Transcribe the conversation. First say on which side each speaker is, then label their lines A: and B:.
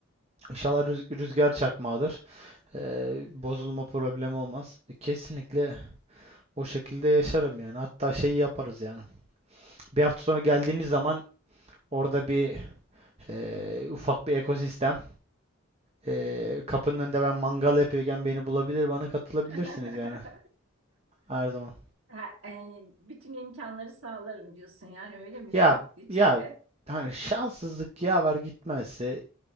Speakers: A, on the right (about 30°); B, on the right (about 75°).
A: İnşallah rüz- rüzgar çakmağıdır. Ee, bozulma problemi olmaz. E, Kesinlikle o şekilde yaşarım yani. Hatta şeyi yaparız yani. Bir hafta sonra geldiğiniz zaman orada bir e, ufak bir ekosistem. E, kapının önünde ben mangal yapıyorken beni bulabilir, bana katılabilirsiniz
B: <laughs>
A: yani her zaman.
B: Ha, e, bütün imkanları sağlarım diyorsun yani öyle mi
A: Ya
B: bir hafta içinde?
A: ya hani şanssızlık yaver gitmezse